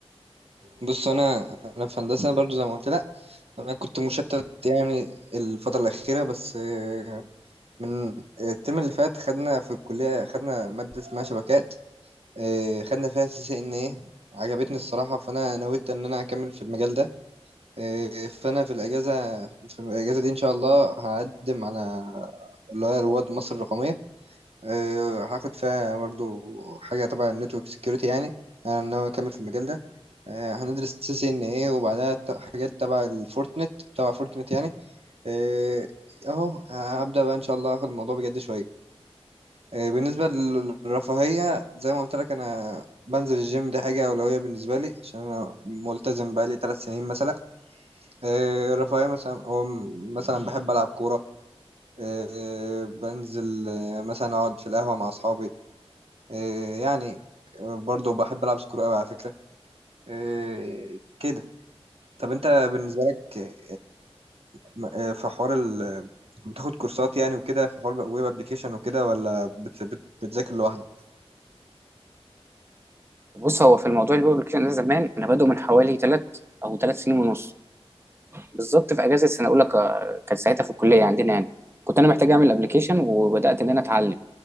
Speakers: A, on the right; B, on the right.
A: بص انا انا في هندسه برضو زي ما قلت لك انا كنت مشتت يعني الفتره الاخيره بس آه، من الترم اللي فات خدنا في الكليه خدنا ماده اسمها شبكات آه، خدنا فيها سي سي ان ايه عجبتني الصراحه فانا نويت ان انا اكمل في المجال ده آه، فانا في الاجازه في الاجازه دي ان شاء الله هقدم على اللي هي رواد مصر الرقميه آه، هاخد فيها برضو حاجة تبع النتورك سكيورتي يعني أنا ناوي أكمل في المجال ده آه، هندرس سي سي إن إيه وبعدها ت- حاجات تبع الفورتنت تبع فورتنت يعني آه، أهو هبدأ بقى إن شاء الله آخد الموضوع بجد شوية آه، بالنسبة للرفاهية زي ما قلت لك أنا بنزل الجيم دي حاجة أولوية بالنسبة لي عشان أنا ملتزم بقالي ثلاث سنين مثلا آه، الرفاهية مثلا أو مثلا بحب ألعب كورة آه، بنزل آه، مثلا أقعد في القهوة مع أصحابي إيه يعني آه، برضه بحب ألعب سكرو أوي على فكرة إيه كده طب أنت بالنسبة لك إيه م- آه، في حوار ال بتاخد كورسات يعني وكده في حوار ويب ابلكيشن وكده ولا بت بت بتذاكر لوحدك
B: بص هو في الموضوع الويب ابلكيشن ده زمان انا بادئه من حوالي ثلاث او ثلاث سنين ونص بالظبط في اجازه سنه اولى ك- كانت ساعتها في الكليه عندنا يعني كنت انا محتاج اعمل ابلكيشن وبدات ان انا اتعلم